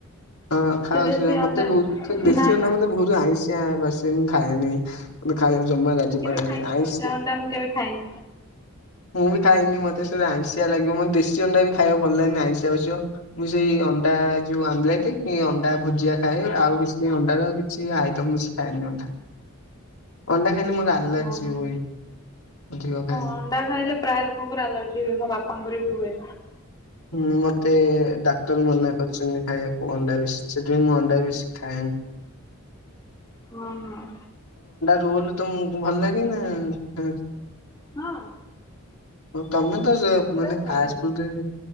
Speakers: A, on the left; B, on the left.
A: ହଁ ଖାଉଛ
B: ସେ ଦେଶୀ
A: ମତେ
B: ଅଣ୍ଡା
A: ବୋହୁତ ମ ଦେଶି
B: ନା
A: ଅଣ୍ଡା
B: ନା
A: ମତେ ବୋହୁତ ଆଁଇସିଆ ବାସେ। ଏ ମୁଁ ଖାଏନି ମତେ ଖାଇବାକୁ ଜମା ଲାଜ
B: ମୁଁ କେବେ
A: ମାଡେନି
B: ଖାଇନି
A: ଆଁଇସ୍
B: କଞ୍ଚା ଅଣ୍ଡା ମୁଁ କେବେ ଖାଇନି
A: ମୁ ବି ଖାଇନି ମତେ ସେଡା ଆଁଇଷିଆ ଲାଗିବ ମତେ ଦେଶୀ ଅଣ୍ଡା ବି ଖାଇବ କୁ ଭଲ ଲାଗେନି ଆଁଇଷିଆ ବାସିବ ମୁଁ ସେଇ ଅଣ୍ଡା ଣ୍ଡାରେ ଯୋଉ ଆମ୍ବଲଟ କି ଅଣ୍ଡା ଭୁଜିଆ ଖାଏ। ଆଉ କିଛି ଅଣ୍ଡାର କିଛି ଆଇଟମ ବେଶି ଖାଏନି ଅଣ୍ଡା। ଅଣ୍ଡା ଖାଇଲି ମୋର ଆଲର୍ଜି
B: ଓହୋ
A: ହୁଏ। ଅଧିକ ଖାଇଲେ।
B: ହଁ ଅଣ୍ଡା ଖାଇଲେ ପ୍ରାୟ ଲୋକୋଙ୍କର ଆଲର୍ଜି ହୁଏ ମୋ ବାପାଙ୍କର ବି ହୁଏ।
A: ହୁଁ ମତେ ଡାକ୍ତର ମନାେ କରିଚନ୍ତି ଖାଇବାକୁ ଅଣ୍ଡା ବେଶି ସେଥିପାଇଁ ମୁଁ ଅଣ୍ଡା ବେଶୀ ଖାଏନି। <inaudible>
B: ହୁଁ ହୁଁ।
A: ରୋଲ୍ ତମକୁ ଭଲ ଲାଗେ ନା ନାଁ
B: ହଁ।
A: ହଁ ତମେ ତ ଜ
B: ସେଗୁଡା
A: ମାନେ ଫାଷ୍ଟ
B: ସବୁ ଭଲ
A: ଫୁଡ୍ ରେ